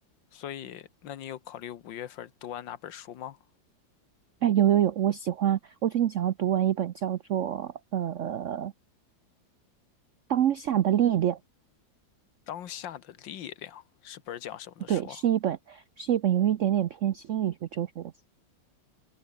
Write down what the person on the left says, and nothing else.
所以那你有考虑五月份读完哪本书吗？
《当下的力量》是本儿讲什么的书啊